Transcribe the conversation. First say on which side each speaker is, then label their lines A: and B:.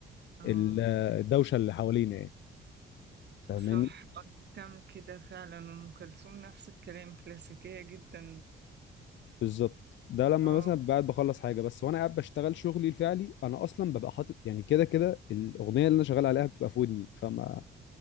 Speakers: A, on the right; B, on the left.
A: اه
B: ال- الدوشة اللي حوالينا يعني فاهماني
A: صح آه، كم كده فعلا أم كلثوم نفس الكلام كلاسيكية جدا
B: بالظبط ده لما
A: اه
B: مثلا قاعد بخلص حاجة بس وأنا قاعد بشتغل شغلي الفعلي أنا أصلا ببقى حاطط يعني كده كده الأغنية اللي أنا شغال عليها بتبقى في ودني فما